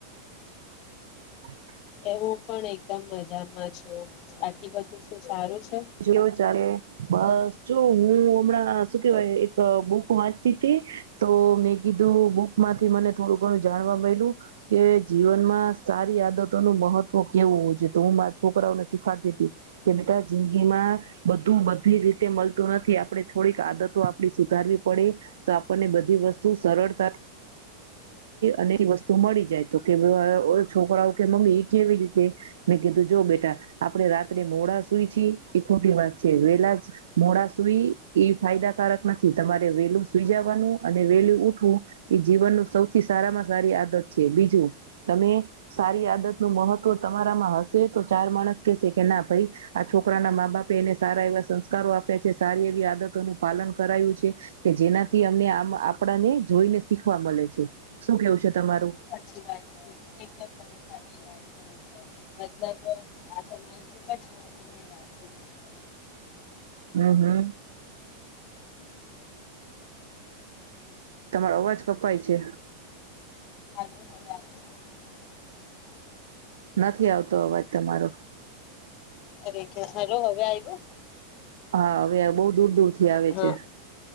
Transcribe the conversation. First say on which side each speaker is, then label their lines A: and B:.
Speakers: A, on the right; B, on the left.
A: <unintelligible>
B: એ હું પણ એકદમ મજામાં છું. બાકી બધું શું સારું છે?
A: જેવું ચાલે. બસ. જો હું હમણાં શું કેવાય અ બુક વાંચતી હતી તો મેં કીધું બુકમાંથી મને થોડું ઘણું જાણવા મળલું કે જીવનમાં સારી આદતો નું મહત્વ કેવું હો છે. તો હું મારા છોકરાઓને શીખાડતી હતી, કે બેટા જગીમાં બધું બધી રીતે મળતું નથી આપણે થોડીક આદતો આપડી સુધારવી પડે, તો આપણને બધી વસ્તુ સરળતાથી અને વસ્તુ મળી જાય તો કે છોકરાઓ કે મમ્મી એ કેવી રીતે? મેં કીધું જો બેટા આપણે રાત્રે મોડા સુઈ છી, એ ખોટી વાત છે. વેલા મોડા સુઈ એ ફાયદાકારક નથી તમારે વેલું સુઈ જવાનું અને વેલું ઉઠવું એ જીવનનું સૌ સારામાં સારી આદત છે. બીજું તમે સારી આદત નું મહત્વ તમારામાં હશે તો ચાર માણસ કેશે કે ના ભાઈ આ છોકરાના મા બાપે એને સારા એવા સંસ્કારો આપ્યા છે સારી એવી આદતોનું પાલન કરાયું છે કે જેનાથી અમને આપણાને જોઈને શીખવા મળે છે. શું કેવું છે તમારું?
B: સાચી વાત, એકદમ સાચી વાત કરી છે. મતલબ આ તમે ખુબ જ મહત્વની વાત કરી છે.
A: હમ હમ તમારો અવાજ કપાય છે
B: <unintelligible> <unintelligible> <unintelligible> <unintelligible>
A: નથી આવતો અવાજ તમારો.
B: અરે કે્યા હેલો હવે આવ્યું.
A: હા, હવે બહ દૂર દૂરથી આવે
B: હા.
A: છે.